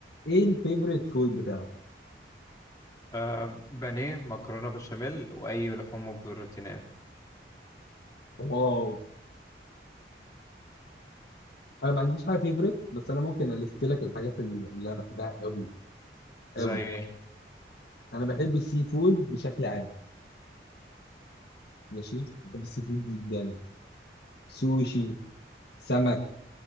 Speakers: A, on the left; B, on the left.
A: ايه الفيفوريت فود بتاعك
B: آه بانيه مكرونه بشاميل واي لحوم وبروتينات
A: واو انا ما عنديش حاجه فيفوريت بس انا ممكن الست لك الحاجات اللي اللي انا بحبها قوي
B: زي
A: قوي
B: ايه
A: انا بحب السي فود بشكل عام ماشي بحب السي فود جدا سوشي سمك